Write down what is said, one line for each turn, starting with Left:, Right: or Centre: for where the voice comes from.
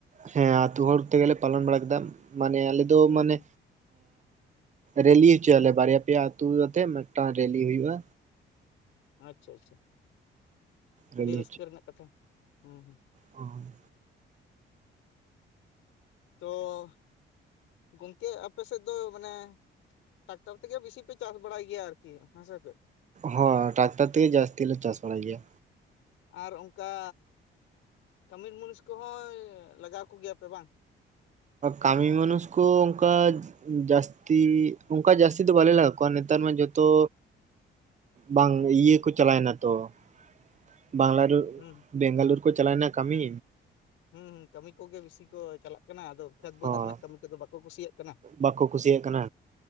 Right: ᱦᱮᱸ ᱟᱛᱳ ᱦᱚᱲ ᱛᱮᱜᱮᱞᱮ ᱯᱟᱞᱚᱱ ᱵᱟᱲᱟ ᱠᱮᱫᱟ ᱢᱟᱱᱮ ᱟᱞᱮ ᱫᱚ
Left: ᱦᱩᱸ
Right: ᱢᱟᱱᱮ
Left: ᱦᱩᱸ
Right: ᱨᱮᱞᱤ ᱦᱚᱪᱚᱭᱟᱞᱮ ᱵᱟᱨᱭᱟ ᱯᱮᱭᱟ ᱟᱹᱛᱩ ᱟᱛᱮ ᱢᱤᱫᱴᱟᱝ ᱨᱮᱞᱤ ᱦᱩᱭᱩᱜᱼᱟ᱾
Left: ᱟᱪᱪᱷᱟ ᱟᱪᱪᱷᱟ᱾
Right: ᱨᱮᱞᱤ
Left: ᱟᱹᱰᱤ ᱨᱟᱹᱥᱠᱟᱹ ᱨᱮᱱᱟᱜ ᱠᱟᱛᱷᱟ ᱦᱩᱸ ᱦᱩᱸ ᱾
Right: ᱚ
Left: ᱛᱚ ᱜᱚᱝᱠᱮ ᱟᱯᱮ ᱥᱮᱫ ᱫᱚ ᱢᱟᱱᱮ᱾ ᱴᱨᱟᱠᱴᱟᱨ ᱛᱮ ᱜᱮ ᱵᱤᱥᱤ ᱯᱮ ᱪᱟᱥ ᱵᱟᱲᱟᱭ ᱜᱮᱭᱟ ᱟᱨ ᱠᱤ ᱦᱮᱸ ᱥᱮ ᱪᱮᱫ?
Right: ᱦᱚᱸᱭ ᱴᱨᱟᱠᱴᱟᱨ ᱛᱮ ᱜᱮ ᱡᱟᱹᱥᱛᱤ ᱞᱮ ᱪᱟᱥ ᱵᱟᱲᱟᱭ ᱜᱮᱭᱟ᱾
Left: ᱟᱨ ᱚᱱᱠᱟ ᱠᱟᱹᱢᱤᱨ ᱢᱩᱱᱤᱥ ᱠᱚᱦᱚᱸ ᱞᱟᱜᱟᱣ ᱠᱚᱜᱮᱭᱟ ᱯᱮ ᱵᱟᱝ?
Right: ᱠᱟᱹᱢᱤ ᱢᱟᱱᱩᱥ ᱠᱚ ᱚᱱᱠᱟ ᱡᱟᱹᱥᱛᱤ ᱚᱱᱠᱟ ᱡᱟᱹᱥᱛᱤ ᱫᱚ ᱵᱟᱞᱮ ᱞᱟᱜᱟᱣ ᱠᱚᱣᱟ ᱱᱮᱛᱟᱨ ᱢᱟ ᱡᱚᱛᱚ᱾ ᱵᱟᱝ ᱤᱭᱟᱹ ᱠᱚ ᱪᱟᱞᱟᱣᱮᱱᱟ ᱛᱚ <unintelligible> ᱵᱟᱝᱞᱟᱨᱚ
Left: ᱦᱩᱸ
Right: ᱵᱮᱝᱜᱟᱞᱩᱨᱩ ᱠᱚ ᱪᱟᱞᱭᱱᱟ ᱠᱟᱹᱢᱤ᱾
Left: ᱦᱩᱸ ᱦᱩᱸ ᱠᱟᱹᱢᱤ ᱠᱚᱜᱮ ᱵᱤᱥᱤ ᱠᱚ ᱪᱟᱞᱟᱜ ᱠᱟᱱᱟ ᱟᱫᱚ ᱠᱷᱮᱛ ᱵᱟᱹᱫᱽ
Right: ᱦᱚᱸ
Left: ᱨᱮᱱᱟᱜ ᱠᱟᱹᱢᱤ ᱠᱚ ᱫᱚ ᱵᱟᱠᱚ ᱠᱩᱥᱤᱭᱟᱜ ᱠᱟᱱᱟ᱾ <unintelligible>
Right: ᱵᱟᱠᱚ ᱠᱩᱥᱤᱭᱟᱜ ᱠᱟᱱᱟ